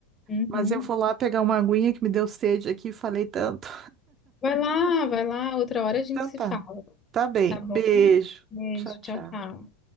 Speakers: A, on the left; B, on the right.
A: Uhum.
B: Mas eu vou lá pegar uma aguinha que me deu sede aqui, falei tanto.
A: Vai lá, vai lá, outra hora a gente
B: Então
A: se
B: tá.
A: fala,
B: Tá bem.
A: tá bom?
B: Beijo.
A: Beijo,
B: Tchau,
A: tchau,
B: tchau.
A: tchau.